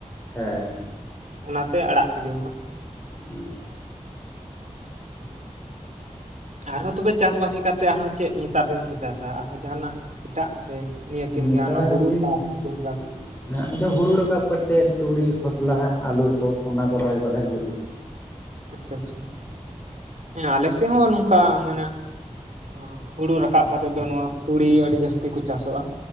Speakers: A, on the left (about 15°); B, on the right (about 65°).
A: ᱦᱮᱸ
B: ᱚᱱᱟᱛᱮ ᱟᱲᱟᱜ ᱠᱚ ᱡᱚᱢᱟ ᱦᱟᱸᱜ᱾
A: ᱦᱩᱸ᱾
B: <unintelligible> ᱟᱨᱦᱚᱸ ᱛᱚᱵᱮ ᱪᱟᱥ-ᱵᱟᱥ ᱞᱮᱠᱟᱛᱮ ᱟᱨᱦᱚᱸ ᱪᱮᱫ ᱱᱮᱛᱟᱨ ᱫᱤᱱ ᱯᱮ ᱪᱟᱥᱟ? ᱟᱨᱦᱚᱸ ᱡᱟᱦᱟᱱᱟᱜ ᱮᱴᱟᱜ ᱥᱮ ᱱᱤᱭᱟᱹ
A: ᱱᱮᱛᱟᱨ
B: ᱠᱤᱱ ᱜᱮᱭᱟ ᱟᱨ ᱱᱚᱣᱟ ᱦᱩᱲᱩ
A: ᱫᱤᱱ
B: ᱦᱚᱸ ᱡᱚᱸᱱᱰᱨᱟ <unintelligible>
A: ᱦᱮᱸ ᱟᱫᱚ ᱦᱩᱲᱩ ᱨᱟᱠᱟᱵ ᱠᱟᱛᱮᱫ ᱛᱩᱲᱤ, ᱠᱷᱚᱥᱞᱟ, ᱟᱹᱞᱩ ᱠᱚ ᱚᱱᱟ ᱠᱚ ᱨᱚᱦᱚᱭ ᱵᱟᱲᱟᱭ ᱦᱩᱭᱩᱜᱼᱟ᱾
B: ᱟᱪᱪᱷᱟ ᱟᱪᱪᱷᱟ ᱦᱮᱸ ᱟᱞᱮ ᱥᱮᱫ ᱦᱚᱸ ᱱᱚᱝᱠᱟ ᱢᱟᱱᱮ ᱱᱚᱣᱟ ᱦᱩᱲᱩ ᱨᱟᱠᱟᱵ ᱠᱟᱛᱮᱫ ᱫᱚ ᱱᱚᱣᱟ ᱛᱩᱲᱤ ᱟᱹᱰᱤ ᱡᱟᱹᱥᱛᱤ ᱠᱚ ᱪᱟᱥᱚᱜᱼᱟ᱾